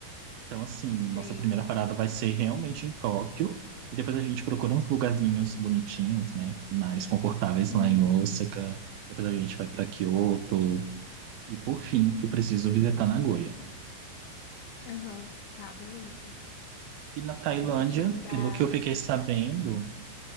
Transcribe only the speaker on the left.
sei.
Uhum,
aham. Tá, beleza.
Eu vou te mandar.